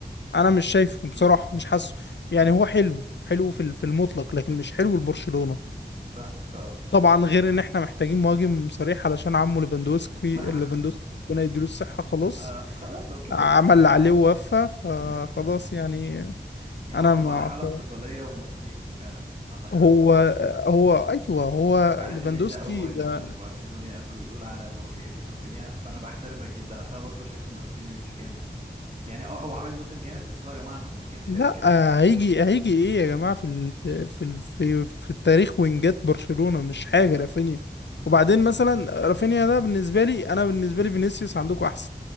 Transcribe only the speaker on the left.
انا مش شايفه
بصراحة مش حاسه يعني
هو حلو حلو في ال- في المطلق لكن مش حلو لبرشلونة
طبعا غير ان احنا محتاجين مهاجم صريح علشان عمه ليفاندوسكي
ليفاندوسكي ربنا يديله الصحة خلاص
عمل
اللي
عليه ووفى فخلاص
يعني
انا
ما
أعت-
هو هو ايوه هو
ليفاندوسكي
ده
لا
هيجي هيجي ايه يا جماعه في ال... في في ال... في في التاريخ وينجات برشلونه مش حاجه
رافينيا
وبعدين مثلا رافينيا ده بالنسبه لي انا بالنسبه لي فينيسيوس عندكم احسن